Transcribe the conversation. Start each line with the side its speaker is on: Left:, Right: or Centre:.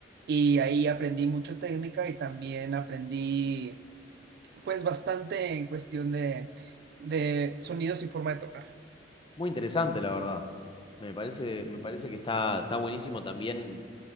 Right: y ahí aprendí mucho técnica y también aprendí pues bastante en cuestión de, de sonidos y forma de tocar.
Left: Muy interesante, la verdad. Me parece, me parece que está, está buenísimo también